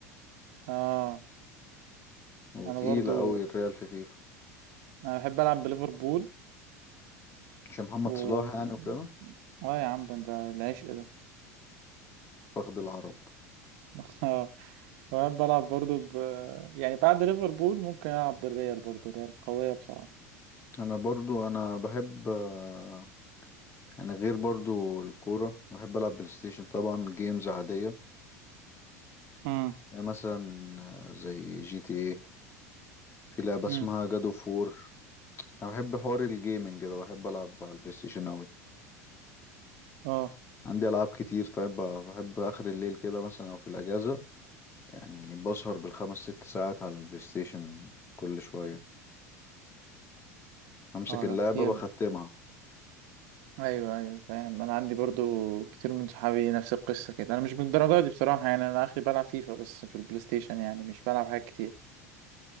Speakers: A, on the right; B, on the left.
A: اه
B: وتقيلة
A: انا برضو
B: أوي الريال في فيفا
A: انا بحب العب بليفربول
B: عشان محمد
A: و
B: صلاح يعني وكده
A: اه يا عم ده ده العشق ده
B: فخد العرب
A: <laughs> اه وأنا بلعب برضو ب... يعني بعد ليفربول ممكن ألعب بالريال برضو الريال قوية بصراحة
B: أنا برضو أنا بحب آه، يعني غير برضو الكورة بحب ألعب بلاي ستيشن طبعا جيمز عادية
A: امم
B: يعني مثلا آه، زي جي تي ايه في لعبة اسمها
A: امم
B: جادو فور أنا بحب حوار الجيمنج كده بحب ألعب على البلاي ستيشن أوي
A: اه
B: عندي ألعاب كتير طيب بحب آخر الليل كده مثلا أو في الأجازة يعني بسهر بالخمس ست ساعات على البلاي ستيشن كل شوية أمسك
A: اه
B: اللعبة
A: ده كتير
B: بختمها
A: ده ايوه ايوه فاهم انا عندي برضو كتير من صحابي نفس القصه كده انا مش بالدرجه دي بصراحه يعني انا اخري بلعب فيفا بس في البلاي ستيشن يعني مش بلعب حاجات كتير